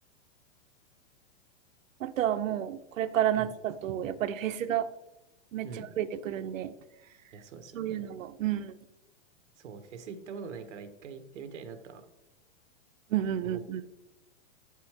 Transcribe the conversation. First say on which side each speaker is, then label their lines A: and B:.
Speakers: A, on the right (about 80°); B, on the right (about 60°).
A: あとはもう、これから夏だと、
B: うん、
A: やっぱりフェスがめっちゃ増えてくるんで、
B: うん。いや、そうですよね。
A: そういうのも、うん、
B: そう、フェス行ったことないから一回行ってみたいなとは
A: うんうんうんうん。
B: 思っ